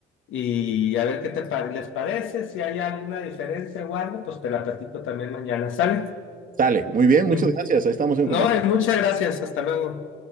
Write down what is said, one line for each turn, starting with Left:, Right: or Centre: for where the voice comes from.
Left: y a ver qué te pa- les parece, si hay alguna diferencia o algo, pues te la platico también mañana, ¿sale?
Right: Sale, muy bien, muchas
Left: Y-
Right: gracias. Ahí estamos en
Left: No,
Right: contacto.
Left: y muchas gracias, hasta luego.